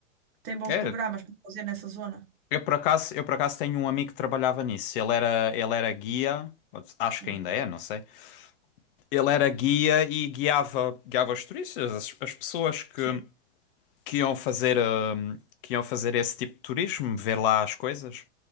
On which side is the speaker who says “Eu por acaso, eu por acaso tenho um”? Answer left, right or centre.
Left